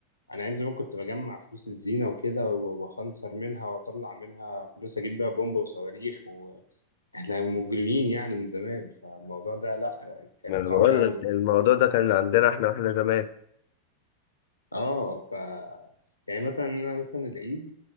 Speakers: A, on the left; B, on the left.
A: انا ايام زمان كنت بجمع فلوس الزينه وكده و- واخنصر منها واطلع منها فلوس اجيب بيها بومبا وصواريخ واحنا مجرمين يعني من زمان فالموضوع ده لا كان
B: ما انا
A: قوي
B: بقول
A: قوي
B: لك الموضوع ده كان عندنا احنا واحنا زمان
A: اه ف يعني مثلا انا مثلا العيد